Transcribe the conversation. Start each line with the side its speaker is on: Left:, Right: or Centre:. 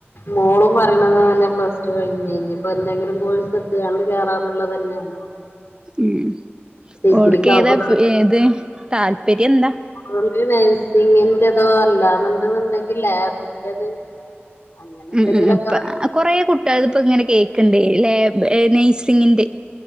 Left: മോളും പറയ്ണത് അതന്നെ പ്ലസ്ടു കഴിഞ്ഞ് ഇഞ്പ്പോ എന്തെങ്കിലും കോഴസ് എ ട്ത്ത്ക്കാണ്ട് കേറാന്നുള്ളതന്നെയാണ്
Right: ഉം
Left: ഡിഗ്രിക്കാവുമ്പോ
Right: ഓൾക്കേത ഇത് താല്പര്യം എന്താ?
Left: ഓൾക്ക് നഴ്സിങ്ങിന്റെതോ അല്ലാന്ന് ഇണ്ടെന്നുണ്ടെങ്കി ലാബിന്റത് അങ്ങനെ
Right: ഉം
Left: എന്തെങ്കിലൊക്കെ
Right: ഉം ഇപ്പ കൊറേ കുട്ട്യൾത്പ്പെങ്ങനെ കേക്ക്ണ്ടേ ലാബ് നഴ്സിങ്ങിന്റെ